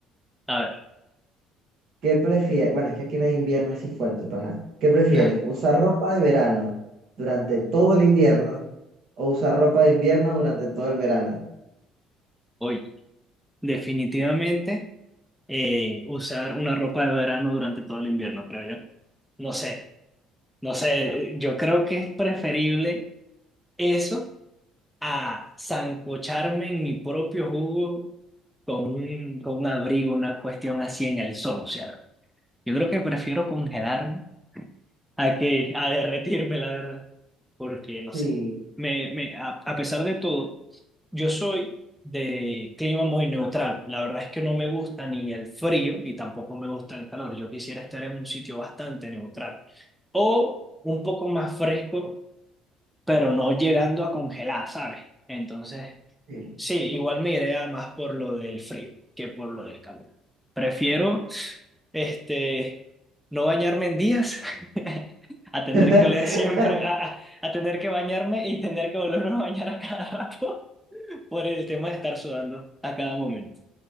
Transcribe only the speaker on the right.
¿Qué prefieres? Bueno, es que aquí no hay invierno así fuerte, pero ajá. ¿Qué prefieres?
¿Usar ropa de verano durante todo el invierno o usar ropa de invierno durante todo el verano?
Sí.
Sí.
<laughs>